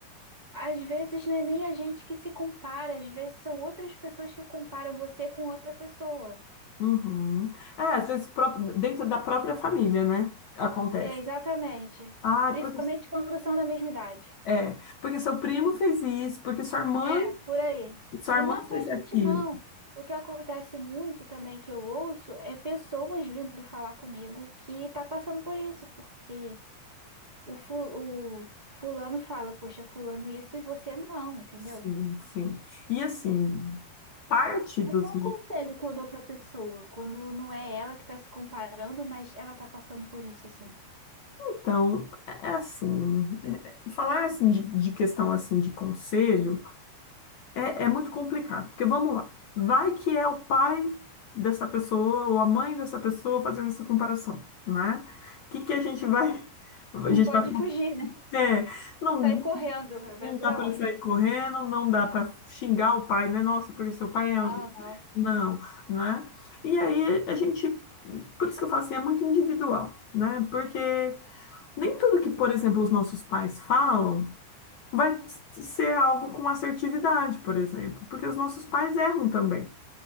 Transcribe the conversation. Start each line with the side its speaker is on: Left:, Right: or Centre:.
Right: Às vezes não é nem a gente que se compara, às vezes são outras pessoas que comparam você com outra pessoa.
Left: Uhum. É, às vezes pró- dentro da própria família, né? Acontece.
Right: É, exatamente.
Left: Ah,
Right: Principalmente
Left: porque,
Right: quando são da mesma idade.
Left: é, porque seu primo fez isso, porque sua irmã,
Right: É, por aí.
Left: sua
Right: E
Left: irmã
Right: não é só
Left: fez
Right: a gente,
Left: aquilo.
Right: não. O que acontece muito também que eu ouço é pessoas vindo falar comigo que tá passando por isso, porque o, fu- o fulano fala, poxa, fulano isso e você não, entendeu?
Left: Sim, sim. E assim, parte dos
Right: Mas qual o conselho que eu dou pra pessoa quando não é ela que tá se comparando, mas ela tá passando por isso assim?
Left: Então, é é assim, é- é, falar assim de, de questão assim de conselho é, é muito complicado, porque vamos lá, vai que é o pai dessa pessoa ou a mãe dessa pessoa fazendo essa comparação, né? O que que a gente vai, a
Right: Não
Left: gente
Right: pode
Left: vai,
Right: fugir, né?
Left: é, não,
Right: Sai correndo,
Left: não
Right: vai pra
Left: dá para
Right: onde?
Left: sair correndo, não dá para xingar o pai, né? Nossa, porque seu pai
Right: Não,
Left: é, um-
Right: não.
Left: não, né? E aí a gente, por isso que eu falo assim, é muito individual, né? Porque nem tudo que, por exemplo, os nossos pais falam vai ser algo com assertividade, por exemplo, porque os nossos pais erram também,